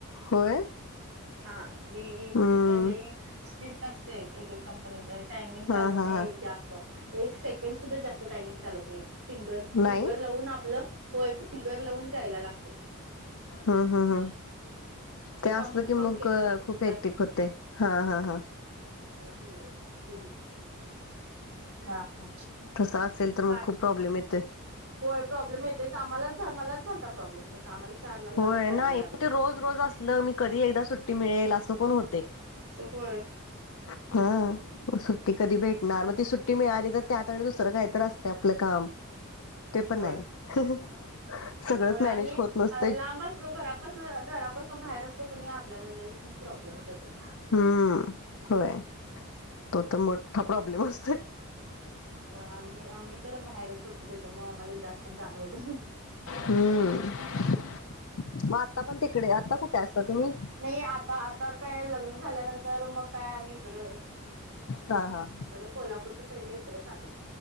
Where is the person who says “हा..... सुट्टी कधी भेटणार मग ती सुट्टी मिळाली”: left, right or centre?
Left